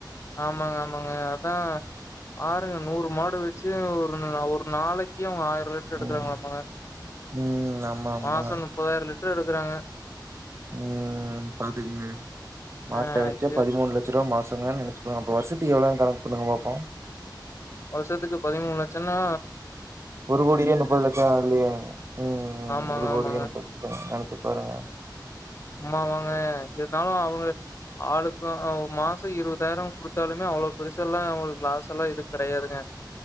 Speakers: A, on the left; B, on the right.
A: ஆமாங்க ஆமாங்க அதா பாருங்க நூறு மாடு வச்சி ஒரு ஒரு நாளைக்கு அவுங்க ஆயிரோ லிட் டர் எடுக்கறாங்களாங்க
B: ம் ம் ஆமா ஆமா
A: மாசோ முப்பதாயிரோ லிட்டர் எடுக்குறாங்க
B: உம் பாத்துக்கங்க மாட்ட
A: ஆ
B: வச்சே
A: இது
B: பதிமூண் லட் சோ ரூவா மாசங்க நெனச்சிக்கோங்க அப்போ வருஷத்துக்கு எவ்ளவு கணக்கு பண்ணுங்க பாப்போ
A: வருஷத்துக்கு பதிமூணு லட்சோனா
B: ஒரு கோடியே முப்பது லட்சோ இல்லையே ம் ம்
A: ஆமாங்க,
B: ஒரு கோடியே
A: ஆமாங்க.
B: முப்பது லட்சோ நெனச்சி பாருங்க
A: சும்மாவாங்க இருந்தாலு அவுங்க ஆளுக்கு மாசோ இருவதாயிரோ குடுத்தாலுமே அவ்ளோ பெருசால்லா அவுங்களுக்கு லாசஸ் எல்லா இருக் கிடையாதுங்க